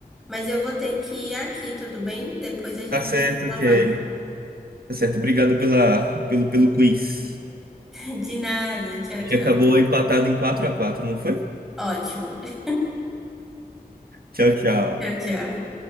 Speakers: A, in the centre; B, on the right.
A: Mas eu vou ter que ir aqui, tudo bem? Depois a gente
B: Tá certo,
A: se fala
B: Kelly.
A: mais.
B: Tá certo. Obrigado pela, pelo, pelo quiz.
A: <laughs> De nada, tchau,
B: A gente
A: tchau.
B: acabou empatado em quatro a quatro, não foi?
A: Ótimo. <laughs>
B: Tchau, tchau.
A: Tchau, tchau.